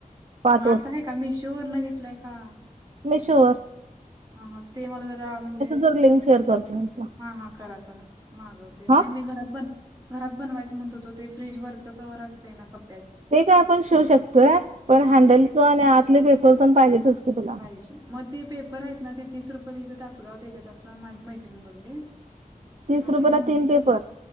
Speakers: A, on the right; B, on the right.
A: पाच
B: आता हे का मीशो वरन घेतलय का?
A: मीशू वर.
B: ह ह ते मला जरा म्हणजे --
A: तर लिंक शेअर करतो मी तुला.
B: हा -हा करा -करा मागवते.
A: हा
B: नाही मी घरात बन घरात बनवायचं म्हणत होतो ते फ्रीज वरचं कवर असते ना? कप्प
A: ते काय आपण शिवू शकतोय पण
B: हा
A: हँडलचं आणि आतले पेपर पण पाहिजेतच. की तुला
B: पाहिजे. मग ते पेपर आहेत ना? ते तीस रुपये ला तासगावत येतेत अस माझी मैत्रिणी बोलली.
A: तीस
B: आणायच
A: रुपयाला
B: म्हटलं.
A: तीन पेपर